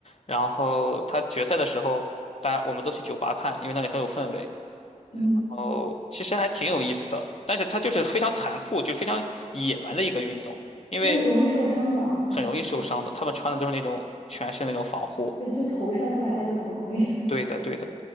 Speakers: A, on the left; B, on the left.
A: 然后他决赛的时候，大家我们都去酒吧看，因为那里很有氛围。
B: 嗯，
A: 哦，其实还挺有意思的，但是他就是非常残酷，就是非常野蛮的一个运动，因为
B: 那容易受伤吧？我感觉，
A: 很容易受伤的。他们穿的都是那种全身那种防护。
B: 对，就头上是不是还戴个头盔？
A: 对的，对的，